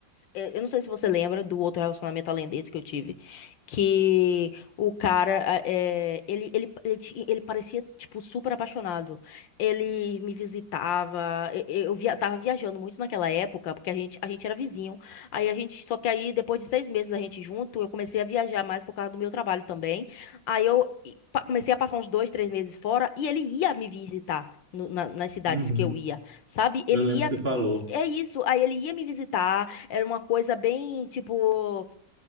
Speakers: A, on the left; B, on the right.
A: é, eu não sei se você lembra do outro relacionamento além desse que eu tive, que o cara, é, ele, ele, ele, ti- ele parecia, tipo, super apaixonado. Ele me visitava, eu, eu via, tava viajando muito naquela época, porque a gente, a gente era vizinho. Aí a gente, só que aí, depois de seis meses da gente junto, eu comecei a viajar mais por causa do meu trabalho também. Aí eu e, pa- comecei a passar uns dois, três meses fora e ele ia me visitar. no- na- nas cidades
B: Uhum,
A: que eu ia sabe?
B: eu
A: Ele
B: lembro
A: ia.
B: que você falou.
A: É isso. Aí ele ia me visitar. Era uma coisa bem, tipo.